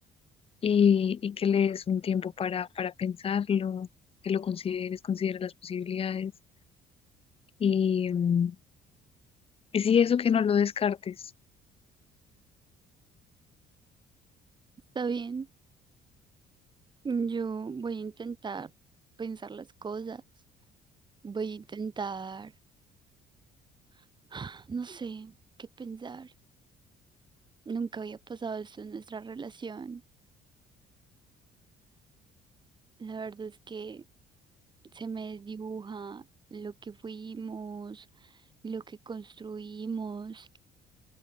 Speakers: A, on the left (about 35°); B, on the right (about 25°).
A: y, y que le des un tiempo para, para pensarlo, que lo consideres, considera las posibilidades y, mm, y sí, eso que no lo descartes.
B: Está bien, yo voy a intentar pensar las cosas. Voy a intentar, <gasps> <sighs> no sé qué pensar. Nunca había pasado esto en nuestra relación. La verdad es que se me desdibuja lo que fuimos, lo que construimos.